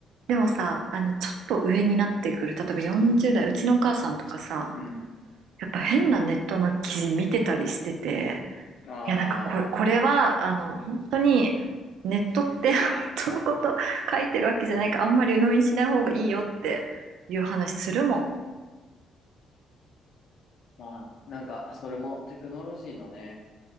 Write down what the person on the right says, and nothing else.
でもさ、あの、ちょっと上になってくる、例えば40代、うちのお母さんとかさ、
やっぱ変なネットの記事見てたりしてて、
いや、なんかこれ、これは、あの、本当に、ネットって <laughs> 本当のこと書いてるわけじゃないから、あんまり鵜呑みにしない方がいいよっていう話するもん。